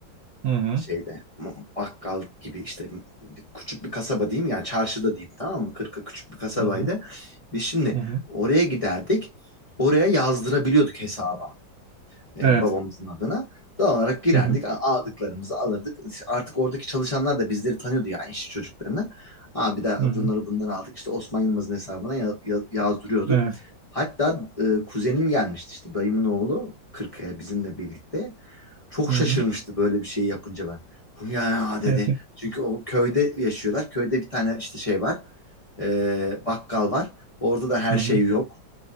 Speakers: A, on the right; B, on the left.
A: hı hı
B: Şeyde m- bakkal gibi işte m- bir- küçük bir kasaba diyeyim yani çarşıda diyeyim tamam mı? Kırka küçük bir kasabaydı.
A: hı hı.
B: Biz şimdi
A: hı hı.
B: oraya giderdik. Oraya yazdırabiliyorduk hesaba e,
A: Evet.
B: babamızın adına. Doğal olarak girerdik,
A: Hı hı.
B: a- aldıklarımızı alırdık. Artık oradaki çalışanlar da bizleri tanıyordu yani işçi çocuklarını. Abi de
A: Hı hı.
B: bunları bunları aldık. İşte Osman Yılmaz'ın hesabına ya- ya- yazdırıyorduk.
A: Evet.
B: Hatta e, kuzenim gelmişti işte dayımın oğlu Kırkaya bizimle birlikte. Çok
A: Hı
B: şaşırmıştı
A: hı.
B: böyle bir şey yapınca ben. Bu ya
A: <laughs>
B: dedi. Çünkü o köyde yaşıyorlar. Köyde bir tane işte şey var. E, bakkal var. Orada da her
A: Hı
B: şey
A: hı.
B: yok.